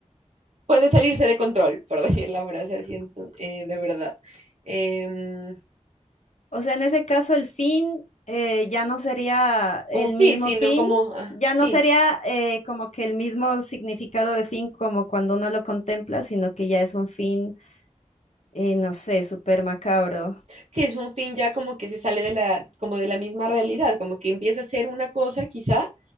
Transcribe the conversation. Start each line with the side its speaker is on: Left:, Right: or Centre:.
Right: puede salirse de control, por <laughs> decir la frase así, ento- eh, de verdad. Em,
Left: O sea, en ese caso el fin eh, ya no sería el
Right: un fin,
Left: mismo
Right: sino
Left: fin,
Right: como, ah,
Left: ya
Right: sí,
Left: no sería eh, como que el mismo significado de fin como cuando uno lo contempla, sino que ya es un fin, eh, no sé, súper macabro.
Right: sí, es un fin ya como que se sale de la, como de la misma realidad, como que empieza a ser una cosa quizá